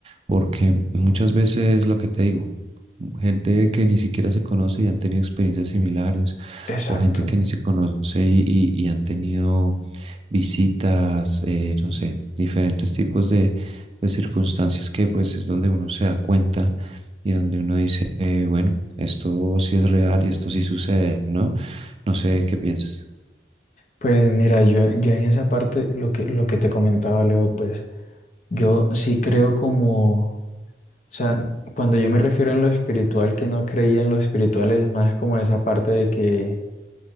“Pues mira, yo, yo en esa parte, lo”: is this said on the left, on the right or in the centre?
Left